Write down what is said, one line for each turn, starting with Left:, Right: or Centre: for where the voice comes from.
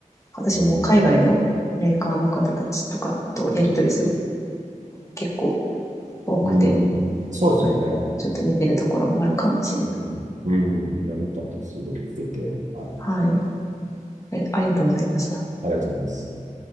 Left: 私も海外のメーカーの方たちとかとやり取りする
Right: うん。いや、うん。
Left: こと結構多くて、
Right: うん。そうですよね。
Left: はい。ちょっと似てるところもあるかもしれない。
Right: うん。うん。いや、よかったです。ごいろ聞けて。はい。
Left: はい。えありがとうございました。
Right: ありがとうございます。